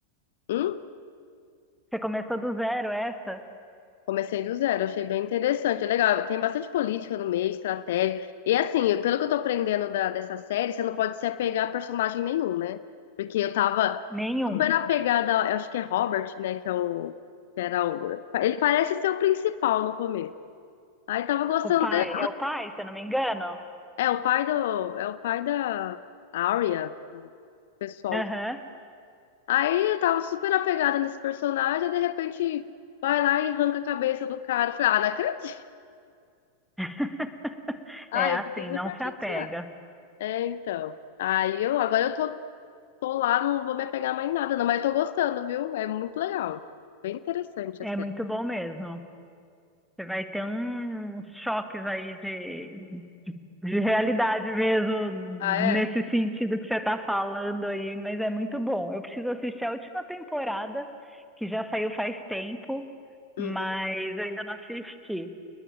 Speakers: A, on the left (about 55°); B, in the centre.
A: Hum?
B: Você começou do zero, essa?
A: Comecei do zero, achei bem interessante. É legal, tem bastante política no meio, estratégia. E assim, pelo que eu tô aprendendo da, dessa série, você não pode se apegar a personagem nenhum, né? Porque eu tava
B: Nenhum.
A: super apegada, eu acho que é Robert, né? Que é o. que era o. Ele parece ser o principal no começo. Aí tava gostando
B: O pai.
A: dele.
B: É o pai, se eu não me engano?
A: É o pai do, é o pai da Arya, do pessoal.
B: Aham.
A: Aí eu tava super apegada nesse personagem, e de repente vai lá e arranca a cabeça do cara. Eu falei, ah, não acredito. <laughs>
B: <laughs>
A: Ah,
B: É assim,
A: eu fiquei
B: não
A: super
B: se
A: chateada.
B: apega.
A: É, então. Aí eu agora eu tô, tô lá, não vou me apegar mais em nada, não, mas eu tô gostando, viu? É muito legal. Bem interessante
B: É
A: a série.
B: muito bom mesmo. Você vai ter um- uns choques aí de, de realidade mesmo, nesse
A: Ah, é?
B: sentido que você está falando aí, mas é muito bom. Eu preciso assistir a última temporada, que já saiu faz tempo, mas
A: Uhum.
B: eu ainda não assisti.